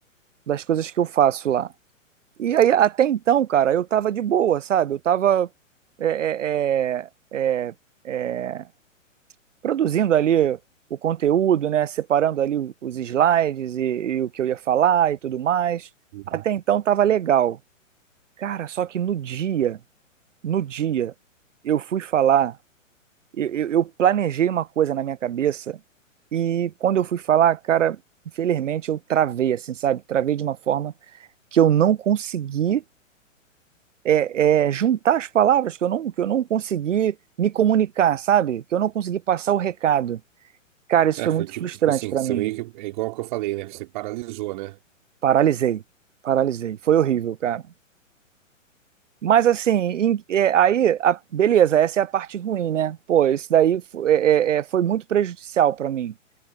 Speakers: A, on the right; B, on the right.
A: Das coisas que eu faço lá. E aí, até então, cara, eu tava de boa, sabe? Eu tava é, é, é, é, produzindo ali o conteúdo, né? Separando ali os slides e, e o que eu ia falar e tudo mais.
B: Uhum,
A: Até então tava legal. Cara, só que no dia. No dia, eu fui falar, eu, eu- eu planejei uma coisa na minha cabeça e quando eu fui falar, cara, infelizmente eu travei, assim, sabe? Travei de uma forma que eu não consegui é, é, juntar as palavras, que eu não, que eu não consegui me comunicar, sabe? Que eu não consegui passar o recado. Cara, isso
B: É,
A: foi
B: foi
A: muito
B: tipo,
A: frustrante
B: tipo assim,
A: pra
B: você
A: mim.
B: meio que, é igual que eu falei, né? Você paralisou, né?
A: Paralisei, paralisei. Foi horrível, cara. Mas assim, em- é, aí, a- beleza, essa é a parte ruim, né? Pô, isso daí fo- é- é- é, foi, muito prejudicial para mim.